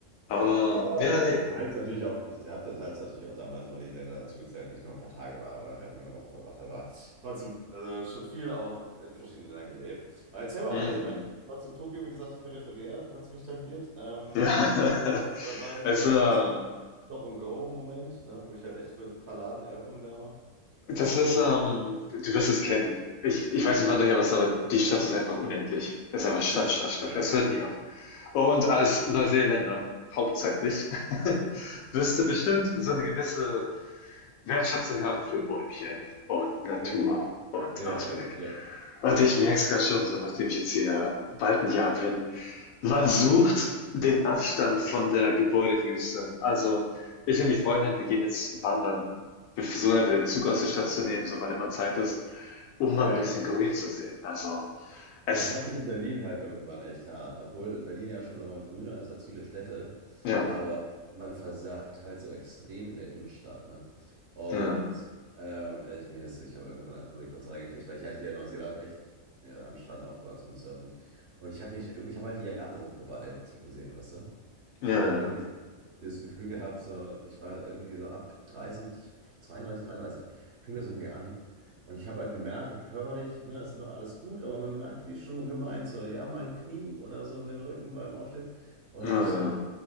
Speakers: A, on the left; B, on the right.
A: Aber,
B: Aber
A: ja, nee.
B: teils natürlich auch, ich habe dann teils natürlich auch damals immer die Länder dazu gezählt, wo ich nur ein paar Tage war oder halt nur eine Woche verbracht habe. Aber Trotzdem, also schon viel auch in verschiedenen Ländern gelebt. Aber erzähl mal
A: Mhm.
B: weiter. Ich meine, trotzdem Tokio, wie gesagt, peripherär hat es mich tangiert. Ähm,
A: Ja. <laughs>
B: war, war so,
A: Es,
B: war
A: ähm,
B: so Stop-and-Go-Moment, ne, wo ich halt echt für ein paar Ladeneröffnungen da war.
A: das
B: Und das
A: ist,
B: war's.
A: ähm, du wirst es kennen. Ich, ich weiß nicht, wann du hier warst, aber die Stadt ist einfach unendlich. Es ist einfach Stadt,
B: Ja,
A: Stadt, Stadt.
B: ja,
A: Es hört nie auf. Und als Neuseeländer, hauptsächlich, <laughs> wirst du bestimmt so eine gewisse wertschätzen kann für Bäumchen und Natur
B: ja,
A: und
B: ja,
A: Ausblick.
B: ja, ja,
A: Und
B: ja,
A: ich merke es gerade schon so, nachdem ich jetzt hier bald ein Jahr bin. Man sucht den Abstand von der Gebäudewüste. Also ich und die Freundin, wir gehen jetzt wandern. Wir versuchen einfach den Zug aus der Stadt zu nehmen, so wann immer Zeit ist, um mal
B: ja.
A: ein bisschen grün zu sehen. Also es,
B: Das hatte ich in Berlin halt irgendwann echt hart, obwohl Berlin ja schon, sagen wir mal, grüner ist als viele Städte,
A: ja,
B: aber man versagt halt so extrem in der Innenstadt, ne? Und
A: ja,
B: äh, ich, mir ist, ich habe irgendwann einfach nur die Kotzerei gekriegt, weil ich hatte ja in Neuseeland echt äh, am Strand aufgewachsen bin surfend. Und ich habe mich irgendwie, ich habe halt die Jahre so vorbei ticken sehen, weißt du? Ich
A: ja,
B: habe halt irgendwie so dieses Gefühl gehabt, so, ich war irgendwie so ab 30, 32, 33, fing das irgendwie an und ich habe halt gemerkt, okay, körperlich, ne, ist noch alles gut, aber man merkt, wie schon gemeint, so, ja, mein Knie oder so, den Rücken beim Aufstehen. Und
A: ja,
B: dann habe ich so,